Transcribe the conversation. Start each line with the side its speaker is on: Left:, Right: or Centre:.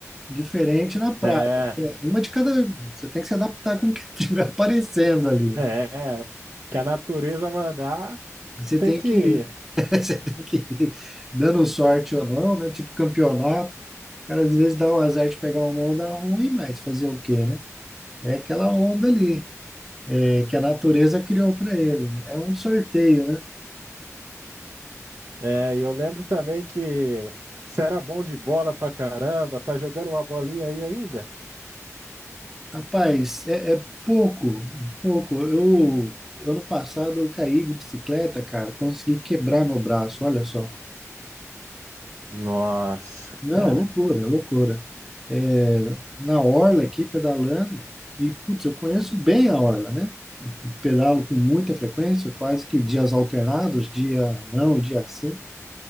Centre: Diferente na praia.
Right: É,
Centre: Uma de cada. Você tem que se adaptar com o que <laughs> estiver aparecendo ali,
Right: é,
Centre: né?
Right: é. que a natureza mandar
Centre: Você
Right: tem
Centre: tem
Right: que
Centre: que,
Right: ir.
Centre: <laughs> você tem que ir dando sorte ou não, né? Tipo campeonato. O cara às vezes dá o azar de pegar uma onda ruim, mas fazer o quê, né? É aquela onda ali, é, que a natureza criou para ele. É um sorteio, né?
Right: É, e eu lembro também que você era bom de bola pra caramba, tá jogando uma bolinha aí ainda?
Centre: Rapaz, é, é pouco, pouco. Eu, ano passado, eu caí de bicicleta, cara, consegui quebrar meu braço, olha só.
Right: Nossa,
Centre: Não,
Right: cara.
Centre: loucura, loucura. É, na orla aqui, pedalando, e, putz, eu conheço bem a orla, né? Pedalo com muita frequência, quase que dias alternados, dia não e dia sim.